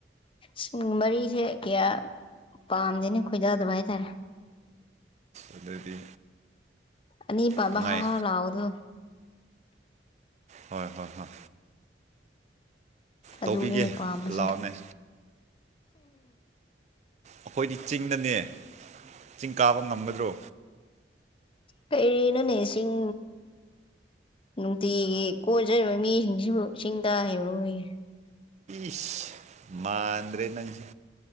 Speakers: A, on the left (about 30°); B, on the right (about 40°).
A: ꯁꯨꯝ ꯃꯔꯤꯁꯦ ꯀꯌꯥ ꯄꯥꯝꯗꯦꯅ ꯈꯣꯏꯗꯥꯗꯕ ꯍꯥꯏꯇꯥꯔꯦ
B: ꯑꯗꯨꯗꯤ
A: ꯑꯥꯅꯤ ꯄꯥꯟꯕ
B: ꯅꯨꯡꯉꯥꯏ
A: ꯍꯥ ꯍꯥ ꯂꯥꯎꯕꯗꯨ
B: ꯍꯣꯏ ꯍꯣꯏ ꯍꯣꯏ
A: ꯑꯗꯨꯅꯤꯅꯦ
B: ꯇꯧꯕꯤꯒꯦ
A: ꯄꯥꯝꯕꯁꯦ
B: ꯂꯥꯛꯑꯣꯅꯦ ꯑꯩꯈꯣꯏꯗꯤ ꯆꯤꯡꯗꯅꯦ ꯆꯤꯡ ꯀꯥꯕ ꯉꯝꯒꯗ꯭ꯔꯣ
A: ꯀꯩꯔꯤ ꯅꯣꯅꯦ ꯆꯤꯡ ꯅꯨꯡꯇꯤꯒꯤ ꯀꯣꯏꯖꯔꯤꯕ ꯃꯤꯁꯤꯡꯁꯤꯕꯨ ꯆꯤꯡ ꯀꯥ ꯍꯩꯔꯣꯏꯌꯦ
B: ꯏꯁ ꯃꯥꯟꯗ꯭ꯔꯦ ꯅꯪꯁꯦ